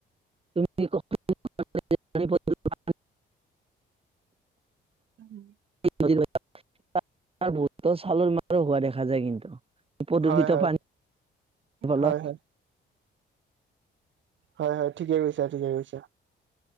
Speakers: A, on the right; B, on the right.
A: তুমি <unintelligible>
B: উম
A: <unintelligible> চালৰ মাৰো হোৱা দেখা যায় কিন্তু প্ৰদূষিত
B: হয় হয়
A: পানী ফলত
B: হয় হয় হয় হয় ঠিকে কৈছা ঠিকে কৈছা